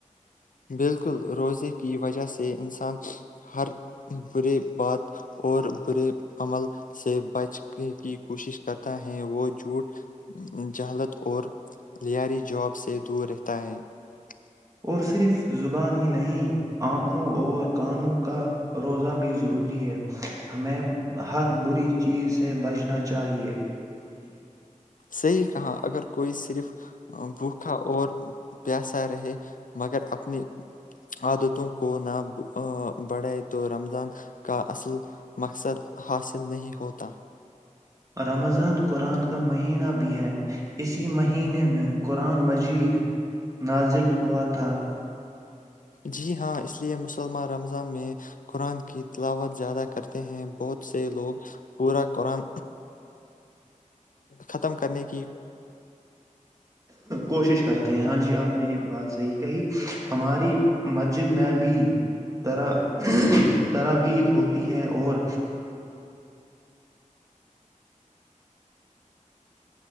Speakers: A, on the left (about 80°); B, on the right (about 25°).
A: <unintelligible>
B: اور صرف زبان ہی نہیں آنکھوں اور کانوں کا روزہ بھی ضروری ہے ہمیں ہر بری چیز سے بچنا چاہیے
A: صحیح کہاں اگر کوئی صرف با اور پیاسا رہے مگر اپنی عادتوں کو نہ بڑھائے تو رمضان کا اصل مقصد حاصل نہیں ہوتا
B: رمضان قرآن کا مہینہ بھی ہے اسی مہینے میں قرآن مجید نازل ہوا تھا
A: جی ہاں اس لیے مسلمان رمضان میں قرآن کی تلاوت زیادہ کرتے ہیں بہت سے لوگ پورا قرآن ختم کرنے کی
B: کوشش کرتے ہیں ہاں جی جی آپ نے بات صحی کہی ہماری مسجد میں بھی طرح ترابید ہوتی ہے اور